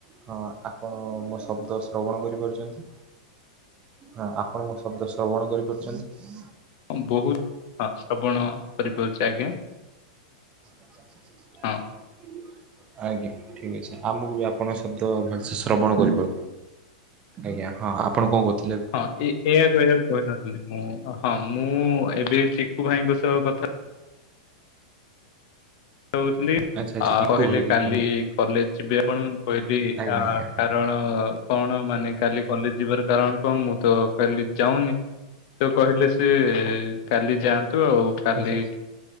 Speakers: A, on the right (about 30°); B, on the left (about 55°).
A: ହଁ ଆପଣ ମୋ ଶବ୍ଦ ଶ୍ରବଣ କରିପାରୁଛନ୍ତି, ହଁ ଆପଣ ମୋ ଶବ୍ଦ ଶ୍ରବଣ କରି କରିପାରୁଛନ୍ତି।
B: ହଁ ବହୁତ ହ ଶ୍ରବଣ କରିପାରୁଛି ଆଜ୍ଞା।
A: <inaudible>
B: ହଁ।
A: ଆଜ୍ଞା ଠିକ ଅଛି, ଆଉ ମୁଁ ବି ଆପଣଙ୍କ ଶବ୍ଦ ଭଲସେ ଶ୍ରବଣ କରିବ। ଆଜ୍ଞା ହଁ ଆପଣ କଣ କରୁଥିଲେ?
B: ହଁ ଏ କହିବାକୁ କହିନଥିଲି ମୁଁ ହଁ ମୁଁ ଏବେ ଚିକୁ ଭାଇଙ୍କ ସହ କଥା ହଉଥିଲି
A: ଆଚ୍ଛା ଆଚ୍ଛା
B: ଆଉ
A: ଇକୁ
B: କହିଲେ
A: ଭାଇ
B: କାଲି
A: ଇକୁ ଭାଇ
B: କଲେଜ ଯିବେ ଆପଣ କହିଲି
A: ଆଜ୍ଞା
B: ଆ
A: ଆଜ୍ଞା ହଁ
B: କାରଣ କଣ ମାନେ କାଲି କଲେଜ ଯିବାର କାରଣ। କଣ ମୁଁ ତ କାଲି ଯାଉନି, ତ କହିଲେ ସ କାଲି ଯାଆନ୍ତ ତୁଆଉ କାଲି
A: ଆଚ୍ଛା ଆଚ୍ଛା